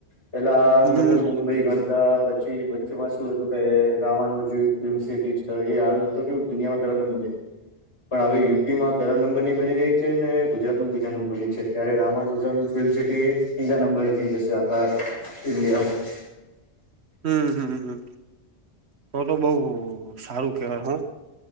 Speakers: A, on the left; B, on the right.
A: પેલા
B: હમ
A: લોકો મુંબઈ ગણતા પછી વચ્ચેમાં શું હતું કે રમાનુંજ ફિલ્મ સિટી છે, એ હાલ તો કેવું દુનિયામાં પેલા નંબરની પણ હવે યુપીમાં પેહલા નંબર ની બની રહી છે ને ગુજરાતમાં બીજા નંબરની છે ત્યારે રામાનુઝમ ફિલ્મ સિટી તીજા નંબર હતીથી જયસે આખા ઇન્ડિયામાં
B: હમ હમ હમ. તો તો બઉ સારું કેવાય હું